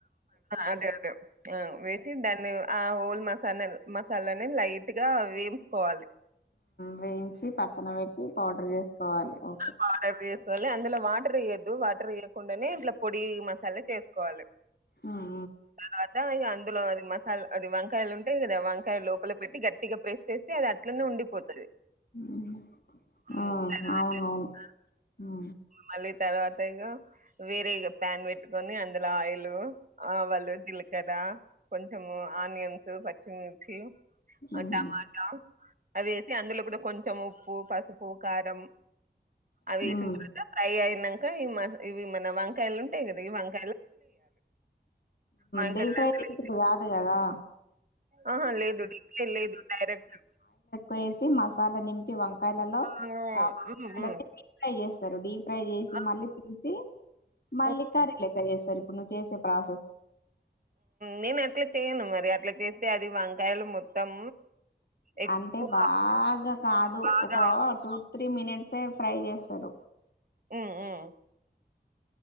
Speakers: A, on the right; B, on the left.
A: అదే అదే ఆ వేసి దాన్ని ఆ హోల్ మసాలా మసాలాని లైట్ గా వేంపుకోవాలి
B: వేయించి పక్కన పెట్టి పౌడర్ చేసుకోవాలి ఓకే
A: పౌడర్ వేసుకోవాలి అందులో వాటర్ వేయొద్దు వాటర్ ఇయకుండానే ఇట్లా పొడి ఈ మసాలా చేస్త కోవాలి
B: ఉమ్,
A: దధ అందులో అది మసాలా అది వంకాయలు ఉంటే కదా వంకాయలు లోపల పెట్టి గట్టిగా ప్రెస్ చేస్తే అది అట్లనే ఉండిపోతది
B: ఉమ్
A: ఉమ్.
B: ఆ
A: తర్వాత
B: అవునవును ఉమ్
A: మళ్ళీ తర్వాత ఇక వేరే ఇ ప్యాన్ పెట్టుకొని అ అందులో ఆయిల్ ఆవలు జిలకర్ర కొంచెము ఆనియన్స్ పచ్చిమిర్చి
B: హ్మ్
A: ఆ టమాటో అదేసి అందులో కూడా కొంచెం ఉప్పు పసుపు కారం అవి
B: హ్మ్.
A: వేసిన తర్వాత ఫ్రై అయిన ఇంకా ఈ ఇవి మన వంకాయలు ఉంటాయి కదా వంకాయ వంకాయలు
B: డీప్ ఫ్రైలు
A: అందులో వేసి
B: కాదు కదా
A: ఆహా లేదు డి ఫ్రై లేదు డైరెక్ట్
B: వేసి మసాలా నింపి వంకాయలలో
A: హ్మ్.
B: ఆ వంకాయలని
A: హ్మ్. హ్మ్.
B: డి ఫ్రై చేస్తా డీప్ ఫ్రై చేసి
A: ఆ!
B: మళ్ళీ తీసి మల్లి
A: హ్మ్.
B: కారలేకయస్త సరే ఇప్పుడు నువ్వు చేసే ప్రాసెస్
A: నేను అట్లా చేయను మరి అట్లా చేస్తే అది వంకాయలు మొత్తం ఎక్కువ
B: అంటే బాగా కాదు
A: బాగా
B: ఒక టూ త్రీ మినిట్స్ కే ప్ర్రై చేస్త సదు
A: ఉమ్ ఉమ్